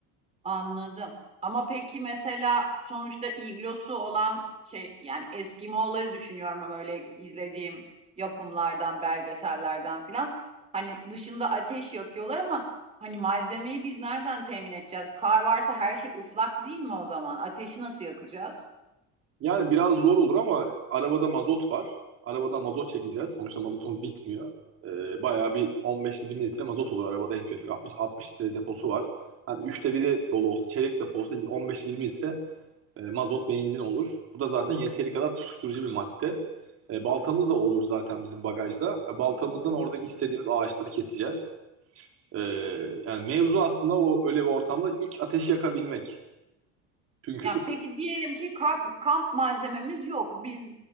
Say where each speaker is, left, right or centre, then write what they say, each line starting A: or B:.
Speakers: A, on the right; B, on the right.
A: Anladım. Ama peki mesela sonuçta iglosu olan şey yani Eskimo'ları düşünüyorum ama böyle izlediğim yapımlardan, belgesellerden filan. Hani dışında ateş yakıyorlar ama hani malzemeyi biz nereden temin edeceğiz? Kar varsa her şey ıslak değil mi o zaman? Ateşi nasıl yakacağız?
B: Yani biraz zor olur ama arabada mazot var. Arabadan mazot çekeceğiz. Sonuçta mazotumuz bitmiyor. Ee, bayağı bir 15-20 litre mazot olur arabada en kötü. 60-60 litre deposu var. Hani üçte biri dolu olsa, çeyrek depo olsa 15-20 litre e, mazot benzin olur. Bu da zaten yeteri kadar tutuşturucu bir madde. E, baltamız da olur zaten bizim bagajda. E, baltamızdan oradaki istediğimiz ağaçları keseceğiz. E, yani mevzu aslında o öyle bir ortamda ilk ateşi yakabilmek. Çünkü
A: Yani peki diyelim ki kamp, kamp malzememiz yok. Biz